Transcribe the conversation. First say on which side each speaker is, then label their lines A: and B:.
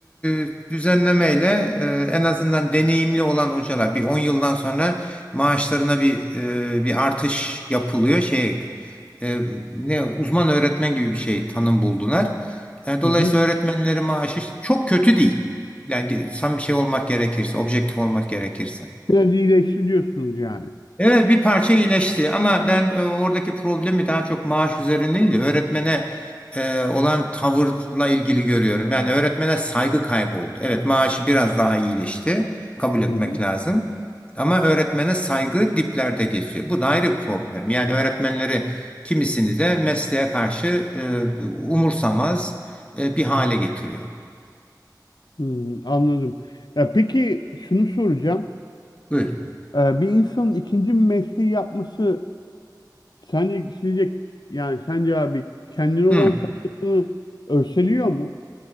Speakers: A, on the left (about 15°); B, on the left (about 75°).
A: eee, düzenlemeyle eee, en azından deneyimli olan hocalar bir 10 yıldan sonra maaşlarına bir eee, bir artış yapılıyor. Şey eee, ne uzman öğretmen gibi bir şey tanım buldular. E, dolayısıyla
B: Hı hı.
A: öğretmenlerin maaşı çok kötü değil. Yani ge- tam bir şey olmak gerekirse, objektif olmak gerekirse.
B: Biraz iyileşti diyorsunuz yani.
A: Evet bir parça iyileşti ama ben e, oradaki problemi daha çok maaş üzerine değil, de öğretmene e, olan tavırla ilgili görüyorum. Yani öğretmene saygı kayboldu. Evet maaşı biraz daha iyileşti. Kabul etmek
B: Hı hı.
A: lazım. Ama öğretmene saygı diplerde geziyor. Bu da ayrı bir problem. Yani öğretmenleri kimisini de mesleğe karşı e, umursamaz e, bir hale getiriyor.
B: Hmm, anladım. Ya peki şunu soracağım.
A: Buyurun.
B: Ee, bir insanın ikinci bir mesleği yapması Sence sizce yani sence abi kendine olan
A: Hı.
B: saygısını örseliyor mu?